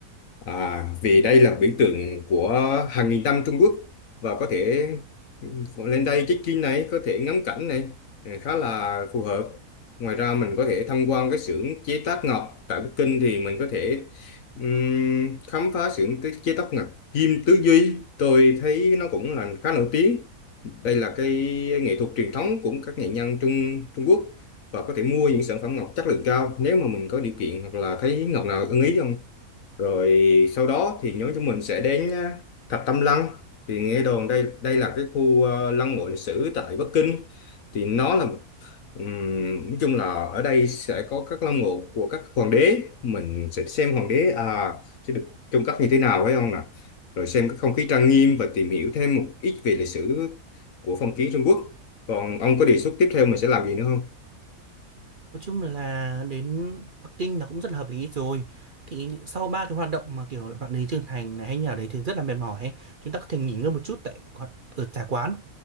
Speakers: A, on the left; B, on the right.
A: À, vì đây là biểu tượng của hàng nghìn năm Trung Quốc và có thể ừ, lên đây check-in này, có thể ngắm cảnh này ừ, khá là phù hợp. Ngoài ra mình có thể tham quan cái xưởng chế tác ngọc tại Bắc Kinh thì mình có thể ừm, khám phá xưởng tế- chế tác ngọc Kim Tứ Duy. Tôi thấy nó cũng là khá nổi tiếng. Đây là cái nghệ thuật truyền thống của các nghệ nhân Trung Trung Quốc và có thể mua những sản phẩm ngọc chất lượng cao nếu mà mình có điều kiện hoặc là thấy ngọc nào ưng ý không? rồi sau đó thì nhóm chúng mình sẽ đến à, Thập Tam Lăng thì nghe đồn đây đây là cái khu à, lăng mộ lịch sử tại Bắc Kinh thì nó là ừm, nói chung là ở đây sẽ có các lăng mộ của các hoàng đế mình sẽ xem hoàng đế à sẽ được trông cất như thế nào phải không nè rồi xem cái không khí trang nghiêm và tìm hiểu thêm một ít về lịch sử của phong kiến Trung Quốc còn ông có đề xuất tiếp theo mình sẽ làm gì nữa không
B: Nói chung là đến Bắc Kinh là cũng rất là hợp lý rồi. Thì sau ba cái hoạt động mà kiểu là bạn đến Trương Thành này hay nhà đấy thì rất là mệt mỏi ấy. Chúng ta có thể nghỉ ngơi một chút tại quán- ở trà quán.